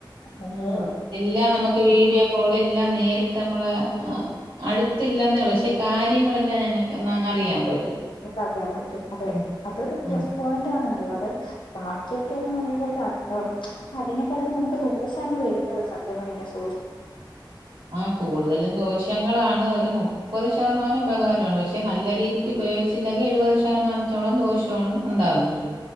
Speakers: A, on the left; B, on the right.
A: നമ്മള്
B: ഉം എല്ലാം നമുക്ക് വീഡിയോ കോൾ എല്ലാം നേരിട്ട് നമ്മളെ
A: അതെ അതെ
B: ആഹ് അടുത്തില്ലന്നെ ഉള്ളു പക്ഷെ കാര്യങ്ങളെല്ലാം ഞങ്ങക്ക് ഞ അറിയാൻ പറ്റും.
A: നമുക്ക അറിയാൻ പറ്റും അതെ
B: ഉം
A: അതൊരു പ്ലസ്
B: ഉം
A: പോയിന്റ് ആണ് അല്ലാതെ. ബാക്കിയൊക്കെന്ന് പറയുമ്പോൾ <unintelligible> അതിനെക്കാട്ടും നമുക്ക് ദോശാണ് വരുന്നത് സത്യം പറഞ്ഞ് കഴിഞ്ഞാൽ
B: ആഹ് കൂടുതലും ദോഷങ്ങളാണ് ഒരു മുപ് പ്പത് ശതമാനം ഉപകാരമാണ് പക്ഷെ നല്ല രീതിക്ക് ഉപയോഗിച്ചില്ലെങ്കി എഴുപത് ശതമാനത്തോളം ദോഷ മാണ് ഉണ്ടാവുന്നത്.